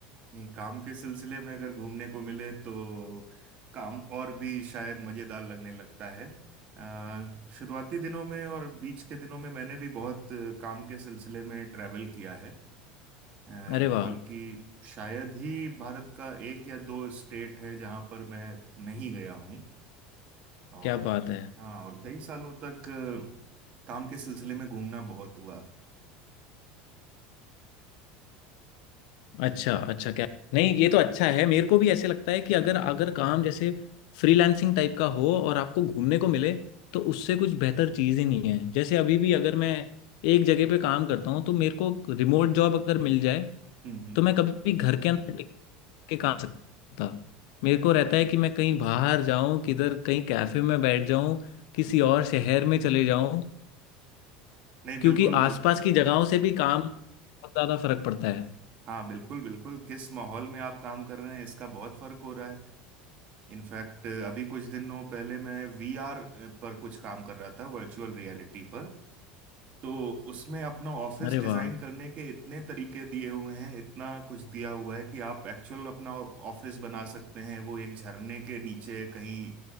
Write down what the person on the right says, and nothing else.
नहीं काम के सिलसिले में अगर घूमने को मिले तो काम और भी शायद मज़ेदार लगने लगता है अ, शुरुआती दिनों में और बीच के दिनों में मैंने भी बहुत अ, काम के सिलसिले में ट्रैवल किया है अ,
बल्कि शायद ही भारत का एक या दो स्टेट है जहां पर मैं नहीं गया हूं और
हाँ और कई सालों तक अ, काम के सिलसिले में घूमना बहुत हुआ
हम्म हम्म।
नहीं
बिल्कुल
हाँ बिल्कुल बिल्कुल किस माहौल में आप काम कर रहे हैं इसका बहुत फर्क हो रहा है इनफैक्ट अभी कुछ दिनों पहले मैं वीआर पर कुछ काम कर रहा था वर्चुअल रियलिटी पर तो उसमें अपना ऑफिस
डिजाइन
करने के इतने तरीके दिए हुए हैं इतना कुछ दिया हुआ है कि आप एक्चुअल अपना ऑफिस बना सकते हैं वो एक झरने के नीचे कहीं